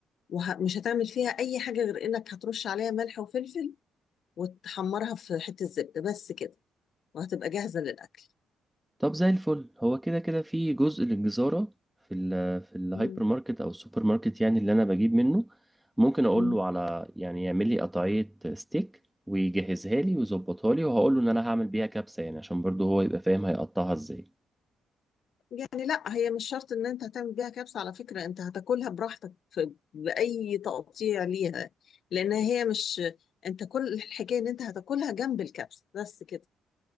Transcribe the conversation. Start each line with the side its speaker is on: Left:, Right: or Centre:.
Left: ومش هتعمل فيها اي حاجه غير انك هترش عليها ملح وفلفل وتحمرها في حته زبده بس كده وهتبقى جاهزه للاكل
Centre: طب زي الفل هو كده كده في جزء للجزارة في ال في الهايبر
Left: مم.
Centre: ماركت او السوبر ماركت يعني اللي انا بجيب منه ممكن اقول
Left: مم.
Centre: له على يعني يعمل لي قطعية ستيك ويجهزها لي ويظبطها لي وهقول له ان انا هعمل بيها كبسة يعني عشان برضه هو يبقى فاهم هيقطعها ازاي
Left: يعني لا هي مش شرط ان انت هتعمل بيها كبسه على فكره انت هتاكلها براحتك في باي تقطيع ليها لان هي مش انت كل الحكايه ان انت هتاكلها جنب الكبسه بس كده